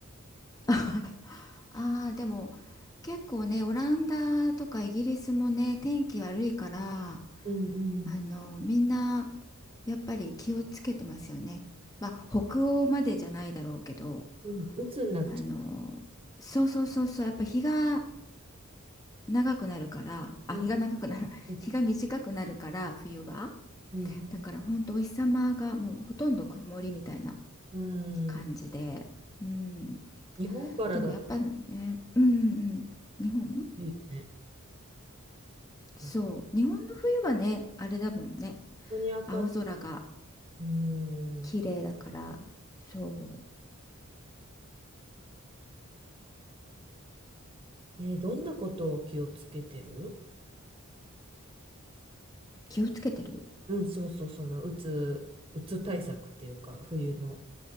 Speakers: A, on the left (about 15°); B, on the right (about 25°).
A: <laughs> ああ、でも、結構ね、オランダとかイギリスもね、天気悪いから、
B: う。うん
A: あの、みんな、やっぱり気をつけてますよね。まあ、北欧までじゃないだろうけど、
B: うん。うん、鬱になっちゃ
A: あの、そうそうそうそう、やっぱ日が長くなるから、あ、
B: う。
A: 日が長くなる、
B: うん
A: <laughs>
B: うん
A: 日が短くなるから、冬は。
B: う
A: だから本当お日様がもうほとんど曇りみたいな
B: ん。
A: 感じで、
B: うん。
A: うん。
B: 日本からだと
A: でもやっぱね、うんうんうん、日本
B: いいよね。本
A: そう、日本の冬はね、あれだもんね、
B: 当に明る
A: 青空が
B: い。う
A: 綺麗だから、
B: ん。
A: そう、
B: え、どんなことを気をつけてる
A: 気をつけてる。
B: うん、そうそう、その、うつ、うつ対策っていうか、冬の。